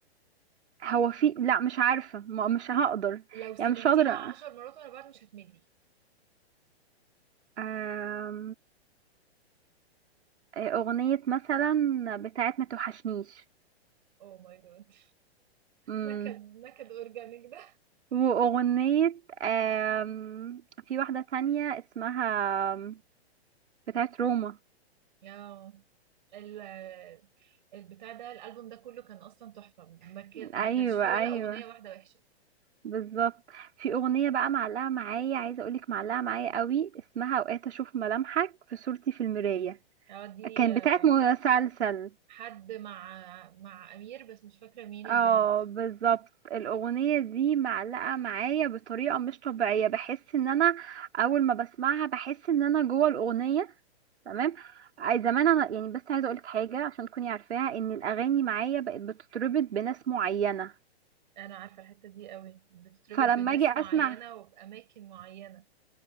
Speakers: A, on the right (about 85°); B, on the right (about 45°).
A: هو في لا مش عارفة ما- مش هقدر
B: لو سمعتيها
A: يعني مش هقدر
B: عشر مرات ورا بعض مش هتملي
A: آم، آه، أغنية مثلا بتاعت ما توحشنيش
B: اوه ماي جاد
A: مم.
B: نكد نكد اورجانيك ده
A: وأغنية آم، في واحدة تانية اسمها آم، بتاعت روما
B: اه ال- البتاع ده الالبوم ده كله كان اصلا تحفه ما ك-
A: أيوة
B: ما كانش فيه ولا
A: أيوة
B: اغنيه واحده وحشه
A: بالظبط في أغنية بقى معلقة معايا عايزة أقولك معلقة معايا قوي اسمها أوقات أشوف ملامحك في صورتي في المراية
B: اه دي
A: كان
B: آه،
A: بتاعت مسلسل
B: حد مع مع امير بس مش فاكره مين البنت
A: اه بالظبط الاغنيه دي معلقه معايا بطريقه مش طبيعيه بحس ان انا اول ما بسمعها بحس ان انا جوه الاغنيه تمام اي زمان انا يعني بس عايزه اقولك حاجه عشان تكوني عارفاها ان الاغاني معايا بقت بتتربط بناس معينه
B: انا عارفه الحته دي قوي بتتربط
A: فلما
B: بناس
A: اجي اسمع
B: معينه وباماكن معينه